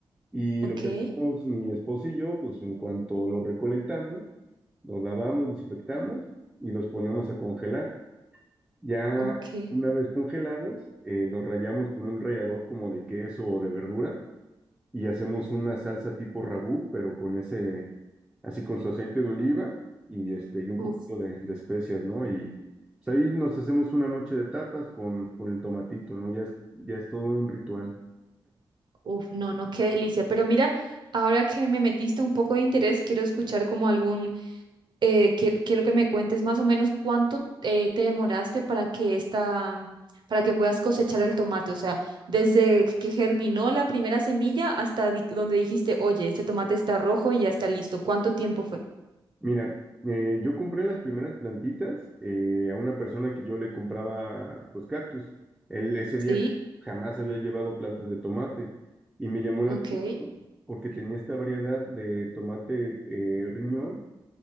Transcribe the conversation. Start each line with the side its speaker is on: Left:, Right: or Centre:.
Centre: Y
Right: ok,
Centre: lo que hacemos mi esposo y yo, pues en cuanto los recolectamos, los lavamos, desinfectamos y los ponemos a congelar. Ya
Right: ok.
Centre: una vez congelados, eh, los rallamos con un rallador como de queso o de verdura y hacemos una salsa tipo ragú, pero con ese, así con su aceite de oliva y, este, y un
Right: Uf.
Centre: poquito de, de especias, ¿no? Y pues ahí nos hacemos una noche de tapas con, con el tomatito, ¿no? Ya es, ya es todo un ritual.
Right: Uf, no, no, qué delicia. Pero mira, ahora que me metiste un poco de interés, quiero escuchar como algún, eh, que- quiero que me cuentes más o menos cuánto eh, te demoraste para que esta, para que puedas cosechar el tomate. O sea, desde que germinó la primera semilla hasta di- donde dijiste, oye, este tomate está rojo y ya está listo. ¿Cuánto tiempo fue?
Centre: Mira, eh, yo compré las primeras plantitas eh, a una persona que yo le compraba pues cactus. Él ese día
Right: Sí,
Centre: jamás había llevado plantas de tomate y me llamó la
Right: ok.
Centre: atención porque tenía esta variedad de tomate eh, riñón